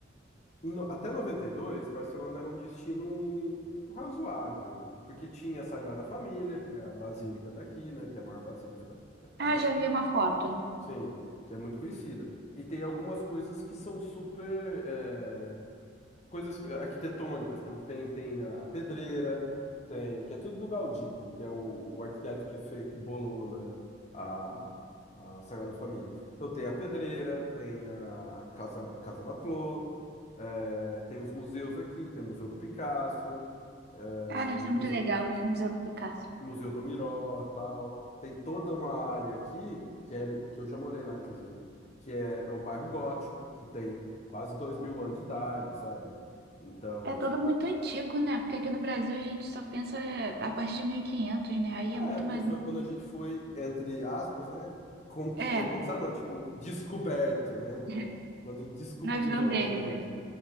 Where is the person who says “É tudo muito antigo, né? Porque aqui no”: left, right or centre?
Right